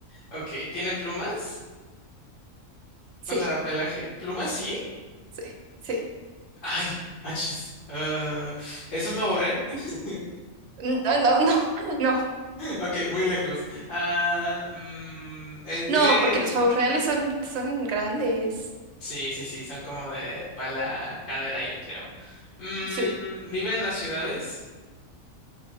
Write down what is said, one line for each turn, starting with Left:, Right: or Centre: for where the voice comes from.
Left: ok, ¿Tienen plumas?
Right: Sí,
Left: O sea, pelaje. ¿Plumas sí?
Right: sí, sí.
Left: Ay, achis. Ah, ¿es un pavo real? <laughs>
Right: No, no, no, <laughs> no,
Left: Ok, muy lejos. Ah, mm, eh, vive
Right: no, porque
Left: el...
Right: los pavos reales son, son grandes.
Left: Sí, sí, sí, son como de para la cadera, yo creo. Mm,
Right: Sí,
Left: ¿vive en las ciudades?